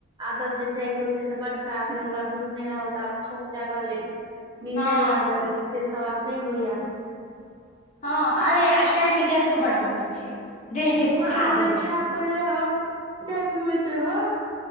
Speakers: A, on the right; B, on the left.
A: आदत जे चाय के होइ छै से बड खराब। कहियो काल दूध नहि रहल तऽ आब छौंक जागल अइछ। निन्दे
B: हँ
A: लागल अछि से सब आब नहि होइया।
B: हँ, अरे आ चाय में गैसो
A: हँ
B: बड बनै छै। देह के सुखा
A: बड बनै
B: दै छै।
A: आ पहिले हम चाय पिबैत रहौं